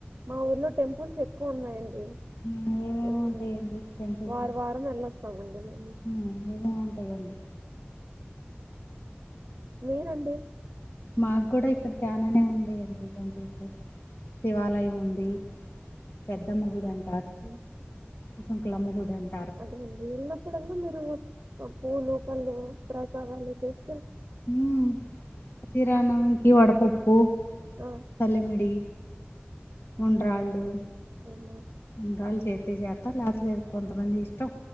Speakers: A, on the right (about 55°); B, on the left (about 75°).
A: మా ఊర్లో టెంపుల్స్ ఎక్కువ ఉన్నాయండి
B: ఉమ్, ఏమేమి
A: ఉమ్
B: ఉంటాయండి టెంపుల్స్
A: వారు వారం వెళ్ళేస్తామండి ఉమ్
B: ఉమ్ ఏమెముంటాయండి
A: మీరండి
B: మాకు కూడా ఇక్కడ చనానే ఉండయండి టెంపుల్స్ శివాలయం ఉంది పెద్దమ్మగుడమ్
A: ఉమ్
B: సుంకులమ్మ గుడండి
A: అదే అండి వెళ్ళినప్పుడల్ మీరు పూలు పళ్ళు ప్రసాదాలు చేస్
B: ఉమ్ శ్రీరామనవమికి వడ పప్ ప్పు
A: ఆ!
B: సాలివిడి ఉండ్రాళ్ళు
A: అవునా!
B: ఉండ్రాలు చేతే చేత్ స్త లేకపోతేలేదు కొంతమంది ఇష్టం